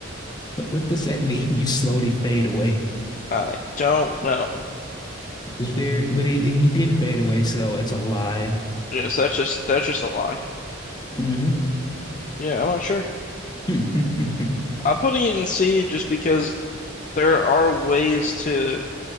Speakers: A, on the left (about 20°); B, on the left (about 40°).
A: What, what does that mean? <laughs> You slowly fade away.
B: I don't know.
A: It's very, but he he didn't fade away, so it's a lie.
B: Yes, that's just that's just a lie.
A: hmm
B: Yeah, I'm not sure.
A: hmm
B: I'm putting it in C just because there are ways to